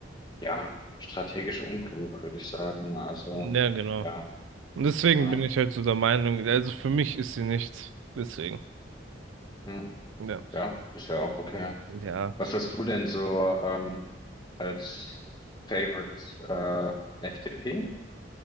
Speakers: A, on the left; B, on the right.
A: ja strategisch unklug, würde ich sagen. Also
B: Ja, genau.
A: ja,
B: Und deswegen
A: äh,
B: bin ich halt so der Meinung, also für mich ist sie nichts. Deswegen.
A: mh,
B: Ja.
A: ja, ist ja auch okay.
B: Ja.
A: Was hast du denn so ähm, als Favorite äh, FDP?